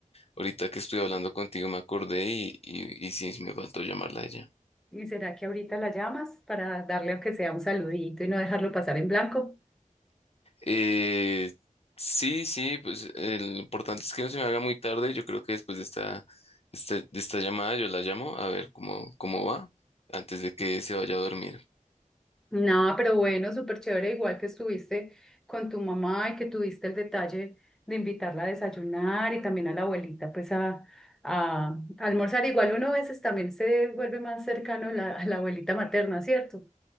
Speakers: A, on the left; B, in the centre.
A: ahorita que estoy hablando contigo me acordé y, y, y sí, sí me faltó llamarla a ella.
B: ¿Y será que ahorita la llamas para darle aunque sea un saludito y no dejarlo pasar en blanco?
A: Eh, sí, sí, pues eh, lo importante es que no se me haga muy tarde, yo creo que después de esta, esta- de esta llamada yo la llamo a ver cómo, cómo va antes de que se vaya a dormir.
B: No, pero bueno, súper chévere, igual que estuviste con tu mamá y que tuviste el detalle de invitarla a desayunar y también a la abuelita pues a, a almorzar. Igual uno a veces también se vuelve más cercano a la, a la abuelita materna, ¿cierto?